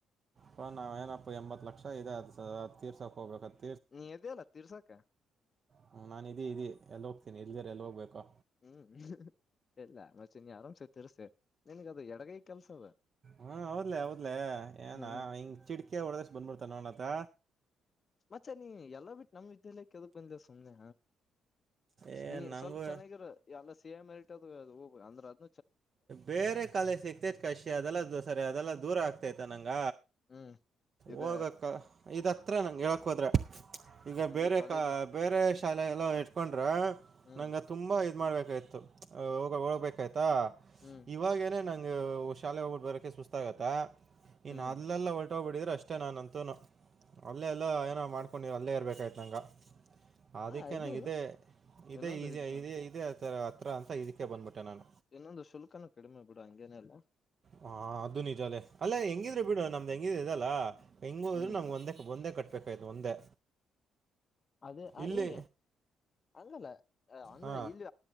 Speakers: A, on the right; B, on the left.
A: ಹ ನಾವ್ ಏನಪ್ಪ ಎಂಬತ ಲಕ್ಷ ಇದೆ ಅದ್ ತೀರ್ಸೋಕ್ ಹೋಗಬೇಕತ್
B: ನೀ ಇದಲ್ಲ ತೀರ್ಸಾಕ
A: ಹ್ಮ್ ನಾನ್ ಇದೀ ಇದಿ ಎಲ್ಲಿ ಹೋಗ್ತೀನಿ ಇಲ್ದೇರ ಎಲ್ಲಿ ಹೋಗ್ಬೇಕಾ
B: ಹ್ಮ್ ಎಲ್ಲ ಮಚಿ ನಿ ಆರಾಮ್ಸ ತರ್ಸ ನನ್ಗ ಅದು ಎಡಗೈ ಕೆಲ್ಸ ಅದ
A: ಹ್ಮ್ ಹೌದ್ಲೇ ಹೌದ್ಲಲೆ ಏನ
B: ಹ್ಮ್
A: ಹಿಂಗ ಚಿಟಕೆ ಹೊಡದಷ್ಟ ಬಂದ್ಬಿಡ್ತ ನೋಣತ್ತ
B: ಮಚೆ ನೀ ಎಲ್ಲ ಬಿಟ್ಟು ನಮ್ ವಿದ್ಯಾಲಯಕ್ಕೆ ಎದಗ್ಕ್ ಬಂದೆ ಸುಮ್ನೆ
A: ಏ
B: ನೀ
A: ನನಗೂ
B: ಸ್ವಲ್ಪ ಚೆನ್ನಾಗಿರ ಎಲ್ಲ ಸಿ ಎ ಮಟ್ದು ಹೋಗ ಅಂದ್ರೆ ಅದ
A: ಬೇರೆ ಕಾಲೇಜ ಸಿಗ್ತೇ ಕಷಿ ಅದೆಲ್ಲ ದಸರಿ ಅದೆಲ್ಲ ದೂರ ಆಗ್ತೈತ ನಂಗ
B: ಹ್ಮ್ ಇದ
A: ಹೋಗಕ್ಕ ಇದ ಹತ್ರ ನಂಗೆ ಹೇಳಕ್ ಹೋದ್ರೆ ಈಗ
B: ಹಂಗೆ
A: ಬೇರೆ
B: ಕಾಲೇಜ್
A: ಕ ಬೇರೆ ಶಾಲೆಲ್ಲ ಇಟ್ಕೊಂಡ ಅ್ರ
B: ಹ್ಮ್
A: ನಂಗ ತುಂಬಾ ಇದ್ ಮಾಡ್ಬೇಕಾಯ್ತು ಹೋಗ್ಬೇಕಾಯ್ತಾ
B: ಹ್ಮ್
A: ಇವಾಗ ಏನೆ ನಂಗ ಶಾಲೆ ಹೋಗ್ಬಿಟ್ಟು ಬರಕ್ಕೆೆ ಸುಸ್ತ ಆಗತ್ತ ಇನ್
B: ಹ್ಮ್
A: ಅಲ್ಲೆಲ್ಲ ಹೊ ವಂಟ್ ಬಿಡಿದ್ರೆ ಅಷ್ಟೇ ನಾನುಂತೂ ಅಲ್ಲೇ ಎಲ್ಲ ಏನೋ ಮಾಡ್ಕೊಂಡರು ಅಲ್ಲೇ ಇರಬೇಕಾಯ್ತ ನಂಗೆ ಅದಕ್ಕೆ
B: ಹಾ ಇದು
A: ನಂಗೆ ಇದೇ ಇದೇ
B: ಇನ್ನೊಂದು
A: ಈಜಿ
B: ಇದು
A: ಇದ ಇದದೆ ಹತ್ರ ಅಂತ ಈಕ್ಕೆ ಬಂದ್ಬಿಟ್ಟೆ ನಾನ
B: ಇನ್ನೊಂದು ಶುಲ್ಕನುೂ ಕಡಿಮೆ ಬಿಡ ಹಂಗೇನಲ್ಲ
A: ಹ ಅದು ನಿಜ ಅಲ್ಲೆ ಅಲ್ಲ ಹೆಂಗಿದ್ರೆ
B: ಹ್ಮ್
A: ಬಿಡು ನಮ್ದ್ ಹೆಂಗಿದ್ ಇದಲ್ಲಾ ಹೆಂಗ ಹೋದ್ರರು
B: ಹ್ಮ್
A: ನಮ್ಗೆ ಒಂದೇ ಒಂದೇ ಕಟ್ಟ ಬೇಕಾಯತು ಒಂದೇ
B: ಅದೇ ಅ
A: ಇಲ್ಲಿ
B: ಈ ಹಂಗಲ್ಲ ಅಂದ್ರೆ
A: ಹಾ
B: ಇಲ್ಲಿ